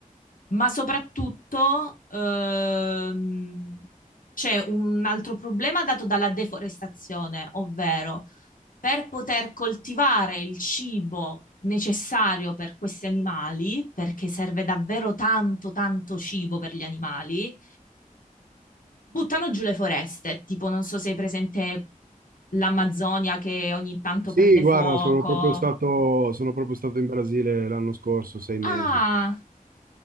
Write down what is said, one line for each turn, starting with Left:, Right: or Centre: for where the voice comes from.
Left: ma soprattutto ehm, c'è un altro problema dato dalla deforestazione, ovvero per poter coltivare il cibo necessario per questi animali, perché serve davvero tanto, tanto cibo per gli animali. Buttano giù le foreste, tipo non so se hai presente l'Amazzonia che ogni tanto
Right: Sì,
Left: prende
Right: guarda,
Left: fuoco.
Right: sono proprio stato, sono proprio stato in Brasile l'anno scorso, sei mesi.
Left: Ah,